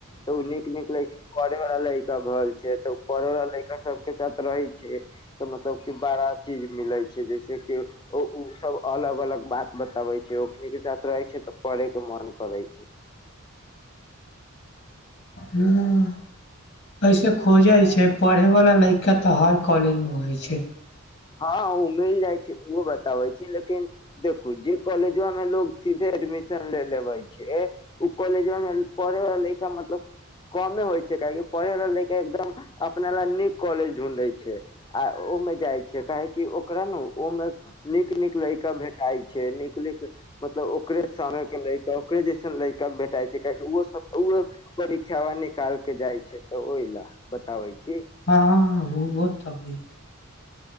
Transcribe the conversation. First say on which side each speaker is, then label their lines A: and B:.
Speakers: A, on the left; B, on the left.
A: तऽ ओ नीक -नीक लयका पड़े वाला लयका घल तऽ पढ़ै वला लयका सबके साथ रहै छै तऽ मतलब के बारा चीज मिलै छै जैसे की त उ सब अलग -अलग बात बताबै छै, ओकनी के साथ रहै छै तऽ पढ़े के मन करै छै।
B: नहिद <unintelligible> ऐसे खोजे छै, पढ़े वाला लयका तऽ हर कॉलेज मे होइ छै।
A: हँ ओ मिल जाइ छै, ओ बताबै छी लेकिन देखू जे कॉलेजवा में लोग सीधे एडमिशन ले लेबै छै, ओ कॉलेजवा मे पढ़े वाला लयका मतलब कमे होइ छै, काहेकि पढ़े वाला लयका एकदम अपने लए नीक कॉलेज ढूढ़ै छै आ ओमे जाइ छै काहेकी ओकरा न ओ मे नीक -नीक लैका भेटाई छै नीक -नीक मतलब ओकरे सान के लैका ओकरे जैसन लैका भेटाइ छै। काहेकी उहो सब ओ परीक्षा वा निकाल के जाइ छै तऽ ओहि लए बताबै छी।
B: हँ उहो त होइ।